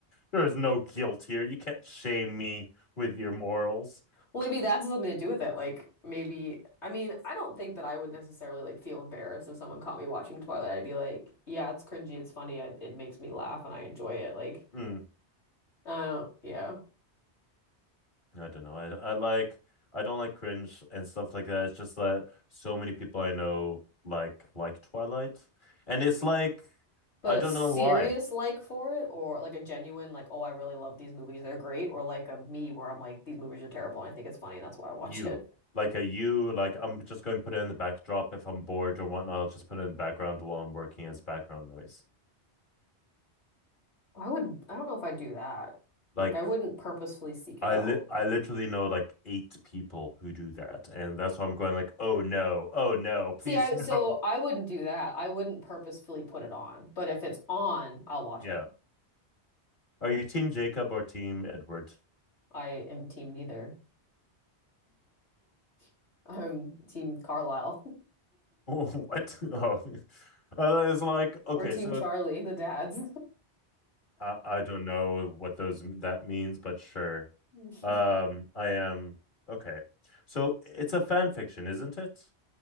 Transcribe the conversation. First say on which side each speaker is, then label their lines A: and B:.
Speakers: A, on the left; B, on the left.
A: There is no guilt here. You can't shame me with your morals.
B: Well, maybe that's something to do with it. Like maybe, I mean, I don't think that I would necessarily like feel embarrassed if someone caught me watching Twilight. I'd be like, yeah, it's cringy, it's funny, I, it makes me laugh and I enjoy it. Like,
A: Mm.
B: I don't, yeah.
A: I don't know. I I like I don't like cringe and stuff like that. It's just that so many people I know like like Twilight. And it's like
B: But
A: I
B: a
A: don't
B: serious
A: know why.
B: like for it, or like a genuine like, oh, I really love these movies, they're great, or like a me where I'm like, these movies are terrible and I think it's funny and that's why I watch
A: You.
B: it.
A: Like a you, like I'm just going to put it in the backdrop if I'm bored or whatnot, I'll just put it in the background while I'm working as background noise.
B: I would, I don't know if I'd do that.
A: Like
B: Like, I wouldn't purposefully seek it
A: I
B: out.
A: li I literally know like eight people who do that. And that's why I'm going like, oh no, oh no, please
B: See, I,
A: <laughs> no.
B: so I wouldn't do that. I wouldn't purposefully put it on. But if it's on, I'll watch
A: Yeah.
B: it.
A: Are you team Jacob or team Edward?
B: I am team neither. <laughs> I'm team Carlisle
A: <laughs> What? <laughs> Oh, I thought it was like,
B: <laughs>
A: okay,
B: or team
A: so
B: Charlie, the dads.
A: I, I don't know what those that means, but sure.
B: <laughs>
A: Um, I am okay. So it's a fan fiction, isn't it?